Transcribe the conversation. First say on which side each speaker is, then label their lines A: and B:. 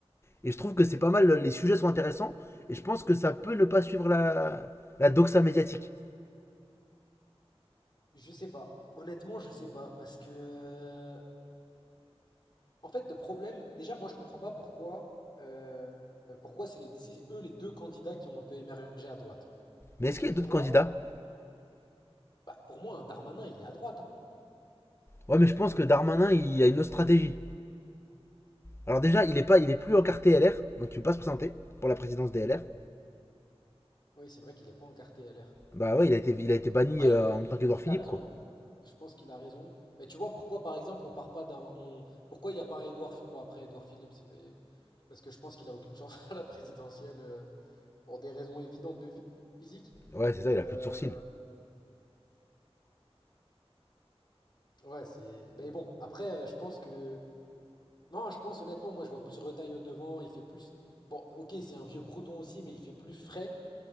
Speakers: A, on the left; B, on the left.
A: Et je trouve que c'est pas mal, les sujets sont intéressants. Et je pense que ça peut ne pas suivre la, la doxa médiatique.
B: Je sais pas. Honnêtement, je sais pas. Parce que. euh, En fait, le problème. Déjà, moi, je comprends pas pourquoi. euh, pourquoi c'est les- c'est eux les deux candidats qui ont un peu émergé à droite.
A: Mais
B: Parce
A: est-ce
B: que
A: qu'il
B: pour
A: y a d'autres
B: moi,
A: candidats
B: bah, pour moi, un Darmanin, il est à droite. hein.
A: Ouais, mais je pense que Darmanin, il a une autre stratégie. Alors déjà, il est, pas, il est plus en carte LR, donc il ne peut pas se présenter pour la présidence des LR.
B: Oui, c'est vrai qu'il n'est pas encarté à l'air.
A: Bah ouais, il a été, il a été banni
B: Après,
A: euh, en même temps qu'Edouard
B: il
A: Philippe,
B: a raison.
A: quoi.
B: hein. Je pense qu'il a raison. Mais tu vois, pourquoi, par exemple, on part pas d'un. on- Pourquoi il n'y a pas un Édouard. Bon, après, Édouard Philippe, c'est pas... parce que je pense qu'il a aucune chance <laughs> à la présidentielle euh, pour des raisons évidentes de phy- physique.
A: Ouais, c'est ça,
B: Mais
A: il a
B: euh,
A: plus de sourcils.
B: ouais, c'est. Mais bon, après, euh, je pense que. Non, je pense honnêtement, moi, je vois plus Retailleau devant. Il fait plus. Bon, ok, c'est un vieux crouton aussi, mais il fait plus frais.